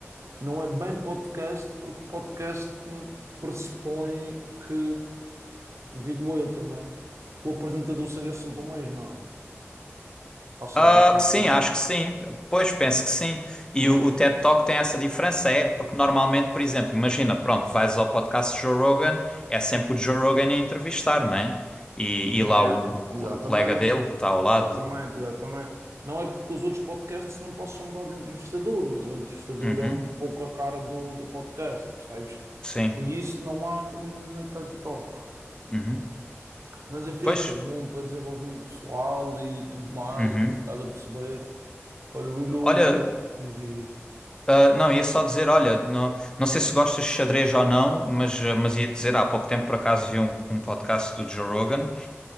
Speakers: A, on the right; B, on the left.
A: não é bem podcast porque podcast hum, pressupõe que, digo eu também, que o apresentador seja sempre o mesmo, não é? Ou seja,
B: Ah,
A: tipo,
B: sim, acho que sim. Pois penso que sim.
A: mas,
B: E o, o TED Talk tem essa diferença, é porque normalmente, por exemplo, imagina, pronto, vais ao podcast de Joe Rogan, é sempre o Joe Rogan a entrevistar, né? E,
A: yeah,
B: e lá o, o, co-
A: exatamente,
B: o colega dele que está ao lado.
A: exatamente, exatamente. Não é que com os outros podcasts não possam mudar de entrevistador, mas o entrevistador
B: Uhum.
A: é um pouco a cara do, do podcast, percebes?
B: Sim.
A: E isso não há no- na TED Talk.
B: Uhum.
A: Mas é fixe,
B: Pois.
A: é bom para desenvolvimento pessoal e tudo mais,
B: Uhum.
A: e para ficar a perceber. Olha, o ainda hoje
B: Olha.
A: o que é que diz, diz, diz.
B: Ah, não, ia só dizer, olha, não, não sei se gostas de xadrez ou não, mas, ah, mas ia dizer, há pouco tempo por acaso vi um, um podcast do Joe Rogan